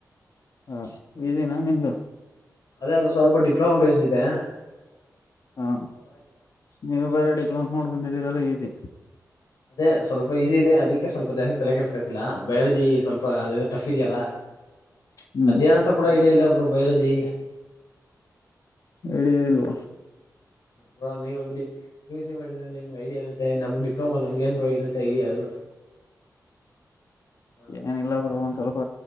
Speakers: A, on the left; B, on the left.
A: ಹ ಈಸಿನಾ ನಿಮ್ದು
B: ಅದೇ ಅದು ಸ್ವಲ್ಪ ಡಿಪ್ಲೋಮಾ ಬೇಸಿಡಿದೆ.
A: ಹಾ ನೀವು ಬೇರ ಡಿಪ್ಲೊಮಾ ಮಾಡೋ ಬಂದಿದ್ದೀರಲ್ಲ ಈಜಿ.
B: ಅದೇ ಸ್ವಲ್ಪ ಈಸಿ ಇದೆ ಅದಕ್ಕೆ ಸ್ವಲ್ಪ ಜಾಸ್ತಿ ತಲೆ ಕೆರ್ಸ್ಕತಿಲ್ಲ ಬಯಾಲಜಿ ಸ್ವಲ್ಪ ಅದು ಟಫ್ ಇದೆಯಲ್ಲಾ.
A: ಹ್ಮ್
B: ಅದೇ ಏನಂತ ಕೂಡ ಐಡಿಯಾ ಇಲ್ಲ ಬ್ರೋ ಬಯಲಾಜಿ.
A: ಐಡಿಯಾ ಇಲ್ವ.
B: ಬ್ರೋ ನೀವುಡಿ. ಪಿ ಎಸ್ ಸಿ ಮಾಡಿದ್ರ ನಿಮ್ಗೆ ಐಡಿಯಾ ಇರುತ್ತೆ ನಮಗ್ ಡಿಪ್ಲೊಮಾ ನಮ್ಗೆ ಏನ್ ಬೋ ಇರುತ್ತೆ ಐಡಿಯಾ ಅದು. ಹಾ
A: ಏನಿಲ್ಲಾ ಬ್ರೋ ಒಂದ. ಸ್ವಲ್ಪ